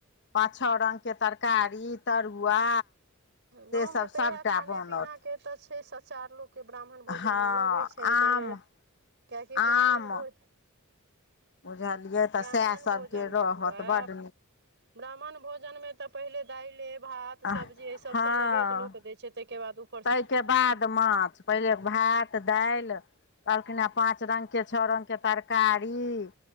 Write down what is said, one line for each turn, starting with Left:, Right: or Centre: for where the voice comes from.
Left: पाच छओ रंगके तरकारी तरुआ
Right: गाँवमे
Left: सेसभ सभटा
Right: तऽ इएह खाने
Left: बनत
Right: पीना के तऽ छै सचार लोग के ब्राह्मण
Left: हँ
Right: भोजन मे लगे छनि
Left: आम
Right: पहिले कियाकि
Left: आम
Right: ब्राह्मण भोज
Left: बुझलियै तऽ
Right: ब्राह्मण
Left: सएह सभके
Right: भोजन
Left: रहत
Right: मे बौआ
Left: बड्ड
Right: ब्राह्मण भोजनमे तऽ पहिले दाले भात
Left: नीक
Right: सब्जी एहिसभ
Left: हँ
Right: दै छै तहिके बाद ओ
Left: ताहिके बाद माछ पहिले भात दालि कहलखिन हे पाँच रंग के छओ रंग के तरकारी